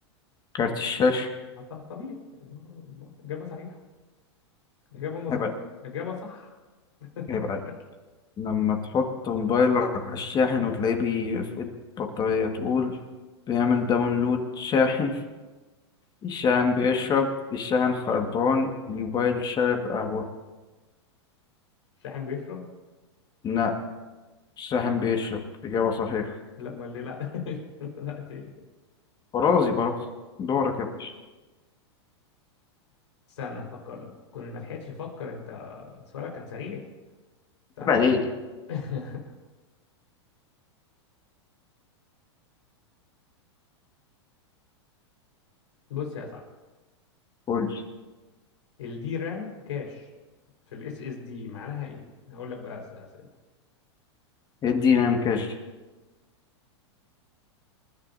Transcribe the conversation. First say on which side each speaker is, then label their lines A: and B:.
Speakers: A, on the left; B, on the left.
A: كارت الشاشة
B: ما ط- طبيعي إجابة صحيحة إجابة مظبوط
A: هيبقى
B: إجابة صح <laughs>
A: هيبقى لما تحط موبايلك على الشاحن وتلاقيه بيفقد البطارية تقول بيعمل داونلود شاحن الشاحن بيشرب الشاحن خربان الموبايل شارب قهوة
B: شاحن بيشرب
A: لا الشاحن بيشرب إجابة صحيحة
B: لا ما ليه لا <laughs> لا دي-
A: برازي برازي دورك يا باشا
B: استنى أفكر لك كنت ما لحقتش أفكر أنت سؤالك كان سريع استنى
A: عيب عليك
B: <laughs> بص يا صاحبي
A: قول لي
B: الدي رام كاش في الاس اس دي معناها ايه هقول لك بقى أس- اسئله
A: ادي نام كاش